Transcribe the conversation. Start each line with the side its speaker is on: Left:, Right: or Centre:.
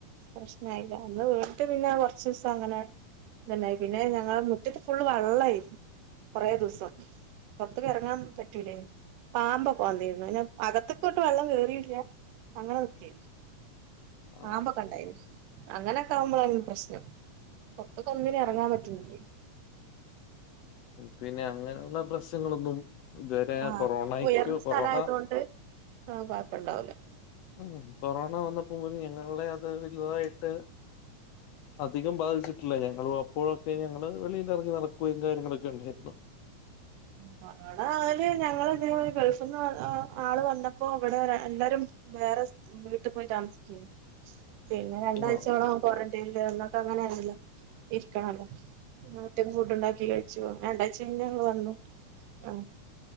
Right: പ്രശ്നമായില്ല അന്ന് വീട്ട് പിന്നെ കുറച്ച് അങ്ങനെ ത്ണ്ടായി പിന്നെ ഞങ്ങളെ മുറ്റത്ത് ഫുള് വെള്ളമായിരുന്നു കൊറേ ദിവസം അ ഇറങ്ങാൻ പറ്റൂലേനീ പാമ്പൊക്കേ വന്നി രുന്നുന്നെ അകത്തൊക്കെോട്ട് വെള്ളം കേറിയില്ല അങ്ങനൊക്കെയ
Left: ആ
Right: പാ മ്പൊക്കെ ഉണ്ടായിരുന്നു അങ്ങനെെ വുമ്പോലാണല്ലോ പ്രശ്നം പുറത്തൊക്കെ ഒന്നിനെ ഇറങ്ങാൻ പറ്റുന്നില്ലേ
Left: പിന്നെ അങ്ങനെയുള്ള പ്രശ്നങ്ങളൊന്നും ഇതുവരെ
Right: ആഹ്
Left: കൊറോണക്കോ
Right: ഉയർന്ന സ്ഥലമായതുകൊണ്ട്
Left: കൊറോണ
Right: ആഹ് പപ്പണ്ടാവലേ
Left: ഉം കൊറോണ വന്നപ്പോ പോല ഞങ്ങളുടെ അത് വലുതായിട്ട് അധികം ബാധിച്ചിട്ടില്ല ഞങ്ങുളു അപ്പോഴൊക്കെ ഞങ്ങള് വെളിയിൽ ഇറങ്ങി നടക്കുവ കാര്യങ്ങളൊക്കെ ഉണ്ടായിരുന്നു
Right: കൊറോണയാലും ഞങ്ങള് ഗൾഫിൽന്ന് ആള് വന്ന ഇപ്പൊ ഇവിടെ എല്ലാരും വേറെ വീട്ടിൽ പോയി താമസിക്ക പിന്നെ രണ്ടാഴ്ചയോളം
Left: ആ
Right: ക്വാറന്റൈനൽ ഒന്നൊക്കെ അങ്ങനെയ ആണല്ലോ ഇരിക്കണല്ലോ ഒറ്റക്ക് ഫുഡ് ഉണ്ടാക്കി കഴിച്ചു രണ്ടാഴ്ച കഴി ഞങ്ങള്ൾ വന്നു ആ